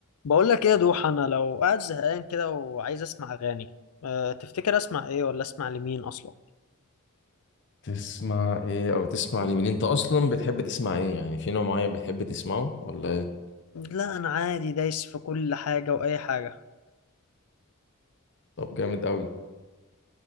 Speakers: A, on the left (about 80°); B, on the left (about 55°).
A: بقول لك ايه يا دوح انا لو قاعد زهقان كده وعايز اسمع اغاني أه تفتكر اسمع ايه ولا اسمع لمين اصلا
B: تسمع ايه او تسمع لمين انت اصلا بتحب تسمع ايه يعني في نوع معين بتحب تسمعه ولا ايه
A: لا انا عادي دايس في كل حاجه واي حاجه
B: طب جامد قوي